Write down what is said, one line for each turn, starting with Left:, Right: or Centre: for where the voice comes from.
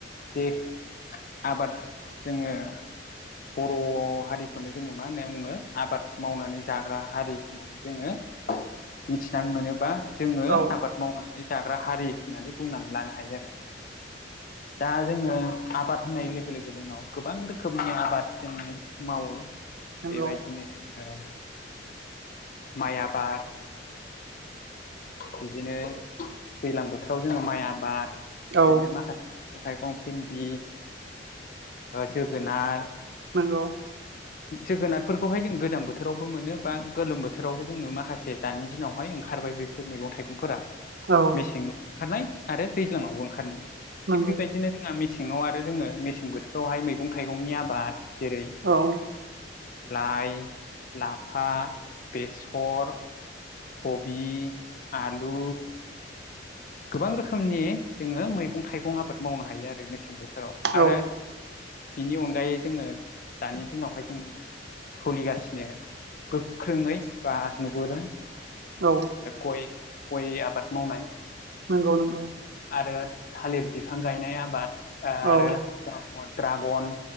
Left: बेे आबाद जोंङो बर' हारिखौनो जोंङो मा होनो बुंनो आबाद मावनानै जाग्रा हारि होननानै जोङो मिथिनानै मोनोबा जोंङो
Right: औ
Left: आबाद मावनानै जाग्रा हारि होननानै बुंनानै लानो हायो आरो दा जोंङो आबाद होननाय लोगो लोगो जोंनाव गोबां रोखोमनि आबाद जोंङो मावो
Right: नंगौ
Left: बेबायदिनो जोंङो माइ आबाद बिदिनो दैज्लां बोथोराव जोंङो माइ आबाद बिदिनो
Right: औ
Left: माखासे मैगं थाइगं भिन्दि जोगोनार
Right: नोंगौ
Left: <inaudible> जोगोनारफोरखौहाय जों गोजां बोथोरावबो मोनो बा गोलोम बोथोरावबो जोंङो माखासे दानि दिनावहाय ओंखारबाय बे बेफोर मैगं थाइगंफोरा
Right: औ
Left: मेसेआवबो ओंखारनाय आरो दैज्लांआवबो ओंखारनाय
Right: नंगौ
Left: थिग बेबायदिनो जोंहा मेसेङाव आरो जोङो मेसें बोथोरावहाय मैगं थाइगंनि आबाद जेरै
Right: औ
Left: लाइ लाफा बेसर खबि आलु गोबां रोखोमनि जोङो मैगं थाइगं आबाद मावनो हायो आरो मेसें बोथोराव आरो
Right: औ
Left: बिनि अनगायै जोंङो दानि दिनावहाय जों सोलिगासिनो गोख्रोङै बा नुबोदों
Right: औ
Left: गय आबाद मावनाय
Right: नंगौ नंगौ
Left: आरो थालिर बिफां गायनाय आबाद आरो
Right: औ
Left: जोंहा दङ ड्रागन